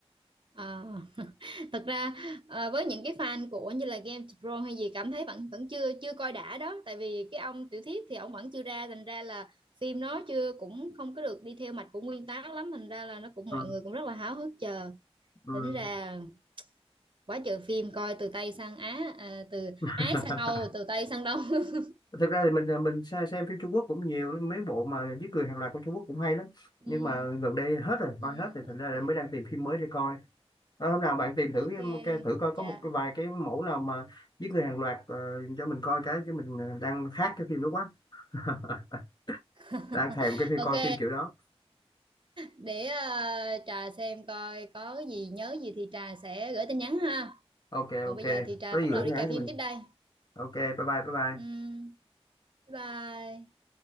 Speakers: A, on the right; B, on the left.
A: Ờ, <laughs> thật ra ờ, với những cái fan của như là Game Pro hay gì cảm thấy vẫn vẫn chưa chưa coi đã đó tại vì cái ông tiểu thuyết thì ông vẫn chưa ra thành ra là phim nó chưa cũng không có được đi theo mạch của nguyên tác lắm thành ra là nó cũng
B: ừ,
A: mọi người cũng rất là háo hức chờ
B: ừ.
A: tính ra quá trời phim coi từ Tây sang Á à, từ
B: <laughs>
A: Á sang Âu từ Tây sang Đông <laughs>
B: thực ra thì mình à, mình se- xem phim Trung Quốc cũng nhiều mấy bộ mà giết người hàng loạt của Trung Quốc cũng hay lắm
A: Ừ,
B: nhưng mà gần đây hết rồi
A: ừ,
B: coi hết thì thành
A: ok,
B: ra là mới đang tìm phim mới để coi Ờ, hôm nào bạn tìm
A: ok,
B: thử cái- thử coi
A: dạ.
B: có một cái vài cái mẫu nào mà giết người hàng loạt ờ, cho mình coi cái chứ mình ờ, đang khát cái phim đó quá <laughs>
A: <laughs>
B: đang thèm cái phim
A: Ok,
B: coi phim kiểu đó
A: để ờ, Trà xem coi có cái gì nhớ gì thì Trà sẽ gửi tin nhắn ha.
B: ok
A: Còn
B: ok
A: bây giờ thì Trà
B: có
A: bắt
B: gì
A: đầu
B: gửi nhắn
A: đi cài phim
B: cho mình
A: tiếp đây.
B: ok bye bye bye bye
A: Ừm, bye bye.